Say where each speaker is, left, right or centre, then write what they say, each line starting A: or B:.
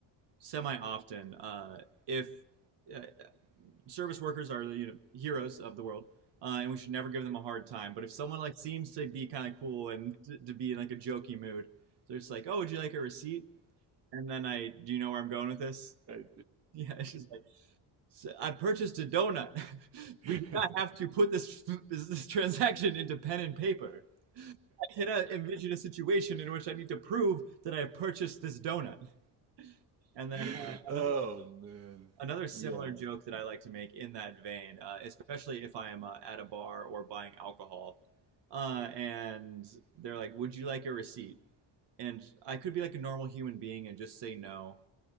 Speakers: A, on the right; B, on the right.
A: semi often. Uh, if uh, service workers are you know heroes of the world, uh, and we should never give them a hard time. But if someone like seems to be kind of cool and t- to be in like a jokey mood, they're just like, "Oh, would you like a receipt?" And then I, do you know where I'm going with this? <laughs>
B: I
A: Yeah, it's just like So I purchased a donut. <laughs> We
B: do.
A: do not have to put this, <laughs> this, this transaction into pen and paper. I cannot envision a situation in which I need to prove that I have purchased this donut. And
B: <laughs>
A: then uh,
B: oh
A: another
B: man.
A: another similar
B: Yeah.
A: joke that I like to make in that vein, uh, especially if I am uh, at a bar or buying alcohol, uh, and they're like, "Would you like a receipt?" And I could be like a normal human being and just say no.